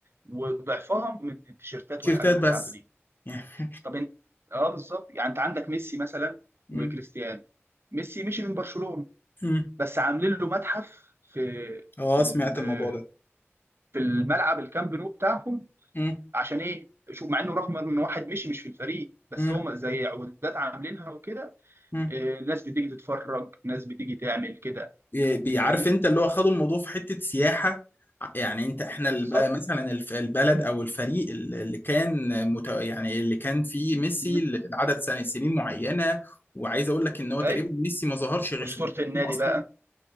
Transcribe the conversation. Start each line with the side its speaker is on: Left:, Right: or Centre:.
Right: وضعفها من التيشيرتات
Left: تيشيرتات
Right: والحاجات بتاعته
Left: بس
Right: دي
Left: <laughs>
Right: طب انت اه بالظبط يعني انت عندك ميسي مثلا
Left: مم.
Right: وكريستيانو ميسي مشي من برشلونة
Left: مم.
Right: بس عاملين له متحف في
Left: اه
Right: في ال-
Left: سمعت الموضوع ده
Right: في الملعب الكامب نو بتاعهم
Left: مم.
Right: عشان ايه شوف مع انه رغم ان واحد مشي مش في الفريق بس
Left: مم.
Right: هم زي عقودات عاملينها وكده
Left: مم.
Right: آه، الناس بتيجي تتفرج الناس بتيجي تعمل كده
Left: ي- بيعرف
Right: فاهمني
Left: انت اللي هو خدوا الموضوع في حتة سياحة ع- يعني انت احنا
Right: بالظبط
Left: الب- مثلا الف- البلد
Right: <laughs>
Left: او الفريق ال- اللي كان مت... يعني اللي كان فيه ميسي
Right: مم.
Left: لعدد سن- سنين معينة وعايز اقول لك ان هو تقريبا
Right: اي
Left: ميسي ما ظهرش غير
Right: اسطورة
Left: في برشلونة
Right: النادي
Left: اصلا
Right: بقى